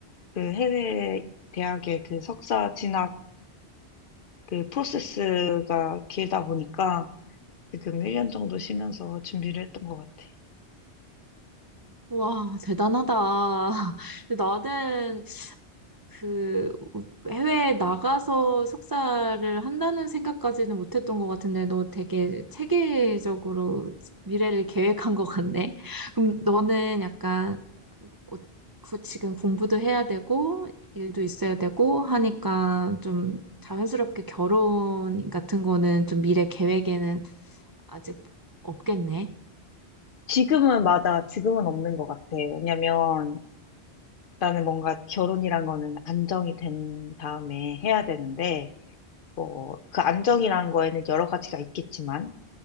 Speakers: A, on the left (about 60°); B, on the right (about 40°).
A: 그 해외 대학의 그 석사 진학 그 프로세스가 길다 보니까 지금 1년 정도 쉬면서 준비를 했던 것 같아.
B: 와, 대단하다. <laughs> 나는 그 해외에 나가서 석사를 한다는 생각까지는 못했던 것 같은데, 너 되게 체계적으로 미래를 계획한 것 같네. 그럼 너는 약간 어, 그 지금 공부도 해야 되고, 일도 있어야 되고 하니까 좀 자연스럽게 결혼 같은 거는 좀 미래 계획에는 아직 없겠네.
A: 지금은 맞아. 지금은 없는 것 같아. 왜냐면 나는 뭔가 결혼이란 거는 안정이 된 다음에 해야 되는데 뭐, 그 안정이라는 거에는 여러 가지가 있겠지만,